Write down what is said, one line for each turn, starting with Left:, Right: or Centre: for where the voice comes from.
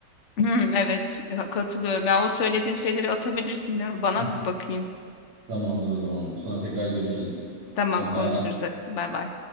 Left: Hmm, Evet, ş- ha- katılıyorum. Ya o söylediğin şeyleri atabilirsin. Ya Bana
Right: <laughs>
Left: bir bakayım.
Right: Tamamdır o zaman. Sonra tekrar görüşelim.
Left: Tamam
Right: Hadi
Left: konuşuruz.
Right: bay bay.
Left: Bay bay.